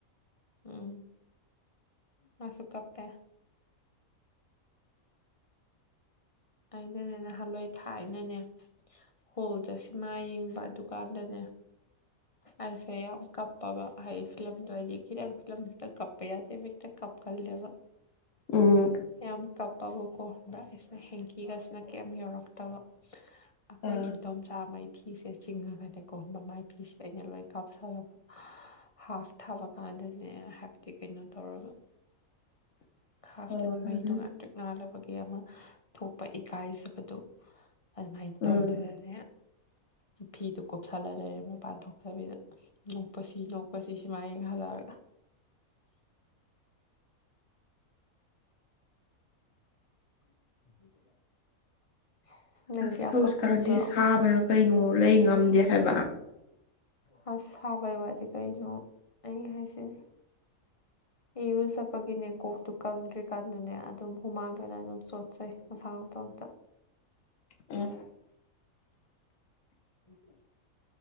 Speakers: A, on the left; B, on the left.
A: ꯎꯝ ꯃꯥꯁꯨ ꯀꯞꯄꯦ ꯑꯩꯩꯅꯅꯦ ꯅꯍꯥꯟꯋꯥꯏ ꯊꯥꯏꯅꯅꯦ ꯍꯣꯜꯗ ꯁꯃꯥꯏ ꯍꯌꯦꯡꯕ ꯗꯨꯀꯥꯟꯗꯅꯦ ꯑꯩꯁꯦ ꯌꯥꯝ ꯀꯞꯄꯕ ꯍꯥꯏꯗꯤ ꯐꯤꯂꯝꯗꯣ ꯍꯥꯏꯗꯤ ꯈꯤꯇꯪ ꯐꯤꯂꯝꯁꯤꯗ ꯀꯞꯄ ꯌꯥꯗꯦ ꯇ ꯀꯞꯀꯜꯂꯦꯕ
B: ꯎꯝ
A: ꯌꯥꯝ ꯄꯥꯕꯣꯛꯀꯣ ꯍꯕ꯭ꯔ ꯑꯩꯁꯤꯅ ꯍꯦꯡꯀꯤꯒꯁꯤꯅ ꯀꯩꯝ ꯌꯧꯔꯛꯇꯕ ꯑꯩꯈꯣꯏ
B: ꯑ
A: ꯏꯟꯗꯣꯝ ꯆꯥꯃꯩ ꯐꯤꯁꯦ ꯆꯤꯡꯉꯒꯅꯦꯀꯣ ꯃꯃꯥꯏ ꯐꯤꯁꯤꯗ ꯑꯩꯅ ꯂꯣꯏ ꯀꯥꯞꯁꯜꯂꯕ ꯍꯥꯐ ꯊꯥꯕ ꯀꯥꯟꯗꯅꯦ ꯍꯥꯏꯕꯗꯤ ꯀꯩꯅꯣ ꯇꯧꯔꯒ
B: <unintelligible>
A: ꯍꯥꯐꯇꯗꯤ
B: ꯍꯣꯏ ꯑꯗꯨꯝ
A: ꯃꯩ ꯇꯣꯡꯉꯥꯟ ꯄꯛ ꯉꯥꯕꯒꯤ ꯑꯃ ꯊꯣꯛꯄ ꯏꯀꯥꯏꯖꯕꯗꯨ ꯑꯗꯨꯃꯥꯏꯅ ꯇꯧꯗꯗꯅꯦ
B: ꯎꯝ <unintelligible>
A: ꯐꯤꯗꯨ ꯀꯨꯞꯁꯜꯂ ꯂꯩꯔꯦ ꯃꯄꯥꯟ ꯊꯣꯛꯇꯕꯤꯗ ꯅꯣꯛꯄꯁꯤ ꯅꯣꯛꯄꯁꯤ ꯁꯤꯃꯥ ꯌꯦꯡꯍꯜꯂꯛꯑꯒ
B: l. <unintelligible>
A: <unintelligible> ꯅꯪꯗꯤ
B: ꯑꯁ
A: ꯌꯥꯝ
B: ꯍꯧꯖꯤꯛꯀꯥꯟꯁꯦ
A: ꯀꯛꯀꯟꯗ꯭ꯔꯣ
B: ꯁꯥꯕꯅ ꯀꯩꯅꯣ ꯂꯩ ꯉꯝꯗꯦ ꯍꯥꯏꯕ
A: ꯑꯁ ꯁꯥꯕꯩ ꯋꯥꯗꯤ ꯀꯩꯅꯣ ꯑꯩ ꯍꯥꯏꯁꯤꯅꯤ
B: <inaudible>
A: ꯏꯔꯨꯖꯄꯒꯤꯅꯦ ꯀꯣꯛꯇꯨ ꯀꯪꯗ꯭ꯔꯤꯀꯥꯟꯗꯅꯦ ꯑꯗꯨꯝ ꯍꯨꯃꯥꯡꯗꯨꯅ ꯑꯗꯨꯝ ꯆꯣꯠꯆꯩ ꯃꯁꯥ ꯇꯣꯝꯇ
B: ꯎꯝ
A: ꯎꯝ